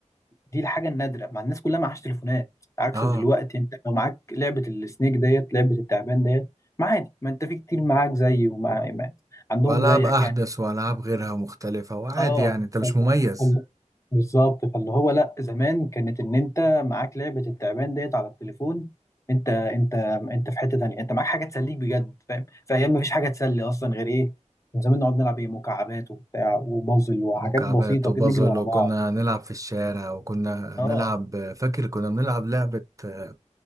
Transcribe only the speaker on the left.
دي الحاجه النادره مع الناس كلها معهاش تليفونات عكس
دلوقتي انت لو معاك لعبه السنيك ديت لعبه التعبان ديت ما عادي ما انت في كتير معاك زي ومع ما- عندهم
زيك
يعني
اه
فال...
فال... بالظبط فاللي هو لا زمان كانت ان انت معاك لعبه التعبان ديت على التليفون انت انت انت في حته تانيه انت معاك حاجه تسليك بجد فاهم في ايام ما فيش حاجه تسلي اصلا غير ايه من زمان نقعد نلعب ايه مكعبات وبتاع وبازل وحاجات
بسيطه
كده نجري ورا
بعض
اه